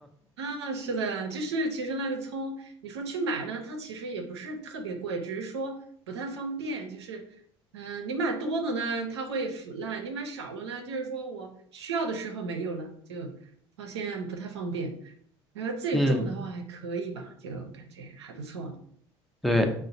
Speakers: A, on the right (about 75°); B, in the centre.
A: 啊，是的，就是其实那个葱，你说去买呢，它其实也不是特别贵，只是说不太方便。就是，嗯、你买多的呢，它会腐烂；你买少了呢，就是说我需要的时候没有了，就发现不太方便。然后自己种的话还可以吧，
B: <laughs> 嗯。
A: 就感觉还不错。
B: 对，